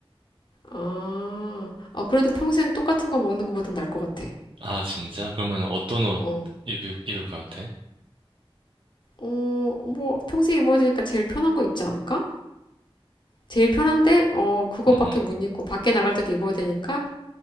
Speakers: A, on the left; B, on the right.
A: 아, 어, 그래도 평생 똑같은 거 먹는 거보단 나을 것 같아.
B: 아, 진짜? 그러면 어떤 옷
A: 어,
B: 입을, 입을 것 같아?
A: 어, 뭐, 평생 입어야 되니까 제일 편한 거 입지 않을까? 제일 편한데, 어, 그거밖에
B: 음, 음.
A: 못 입고 밖에 나갈 때도 입어야 되니까